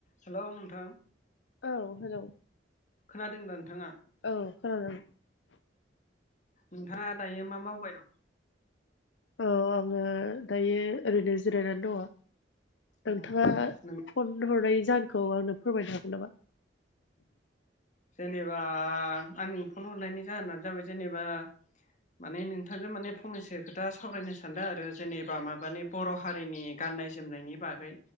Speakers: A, on the left; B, on the left.
A: Hello नोंथां
B: औ hello
A: खोनादों दा नोंथाङा
B: औ खोनादों
A: नोंथाङा दायो मा मावबाय दं
B: औ आङो दायो ओरैनो जिरायनानै दङ
A: अ
B: नोंथाङा
A: नों
B: फन हरनाय जाहोनखौ आंनो फोरमायनो हागोन नामा
A: जेनेबा आंनि फन हरनायनि जाहोनानो जाबाय जेनेबा माने नोंथांजों माने फंनैसो खोथा सावरायनो सानदों आरो जेनेबा माबानि बर' हारिनि गाननाय जोमनायनि बागै